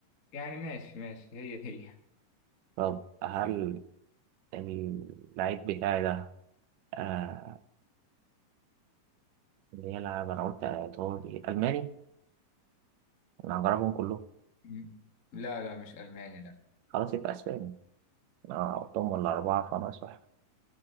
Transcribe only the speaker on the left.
يعني ماشي ماشي هي هي
مم. لا لا مش ألماني لا